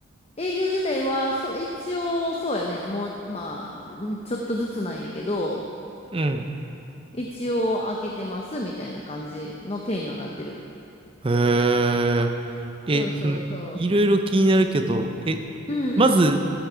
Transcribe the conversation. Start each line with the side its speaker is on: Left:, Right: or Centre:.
Left: 営業自体は、そう、一応、そうやね。もう、まあ、んちょっとずつなんやけど、
Right: うん。
Left: 一応開けてますみたいな感じの体にはなってる。
Right: へえ。え、
Left: そうそうそう。
Right: その、いろいろ気になるけど、え、
Left: うん。
Right: まず、